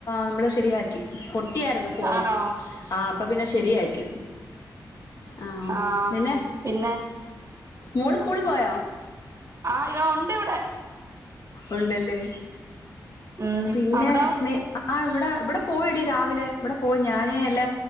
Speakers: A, on the left; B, on the right.
A: നമ്മള് ശരിയാക്കി കിട്ടിയായിരുന്നു ഫോണ്
B: ആണോ
A: ആ അപ്പൊ പിന്നെ ശരിയാക്കി ആഹ
B: ആഹ്
A: പിന്നെ
B: പിന്നെ
A: മോള് സ്കൂളിൽ പോയോ
B: ആയോ ഉണ്ട് ഇവിടെ
A: ഉണ്ടല്ലേ
B: ഉം
A: പിന്നെ
B: അവിടോ
A: ആ ഇവിടെ ഇവിടെ പോയിടി രാവിലെ ഇവിടെ പോയി ഞാന് ഇല്ല